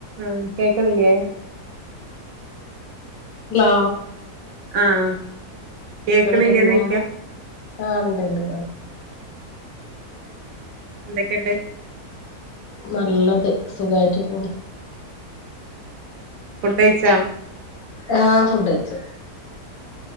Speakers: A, on the right; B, on the left.
A: ആഹ് കേക്കനില്ലേ
B: ഹലോ
A: ആഹ് കേക്കണില്ലേന്ന്
B: കേൾക്കണ്ടോ
A: ചോയ്ക്കാ
B: ആഹ് ഉണ്ട്ണ്ട് കേൾക്ക
A: എന്തൊക്കെയണ്ട്
B: നല്ലത് സുഖാറ്റു പോണ്
A: ഫുഡ് കയിച്ചാ?
B: ആഹ് ഫുഡ് കഴിച്ചു